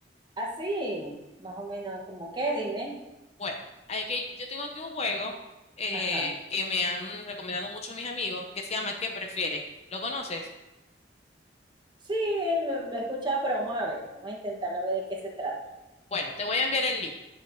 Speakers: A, on the right; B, on the left.
A: Así, más o menos, como que, dime.
B: Bueno, hay que, yo tengo aquí un juego eh,
A: Ajá.
B: que me han recomendado mucho mis amigos que se llama ¿Qué prefieres? ¿Lo conoces?
A: Sí, eh, lo, lo he escuchado, pero vamos a ver. Vamos a intentarlo a ver de qué se trata.
B: Bueno, te voy a enviar el link.